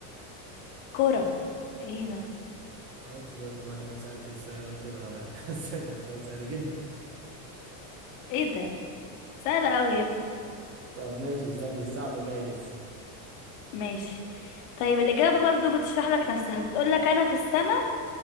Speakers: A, on the left (about 55°); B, on the right (about 35°).
A: كرة إيه ده
B: انا قلت برضه بعد ما سألت السؤال قلت الغباء ده <laughs> بس كان سؤال سهل جدا
A: إيه ده سهل أوي يا ابني
B: طب ماشي استني الصعب جاي لسه
A: ماشي طيب الإجابة برضو بتشرح لك نفسها بتقول لك أنا في السما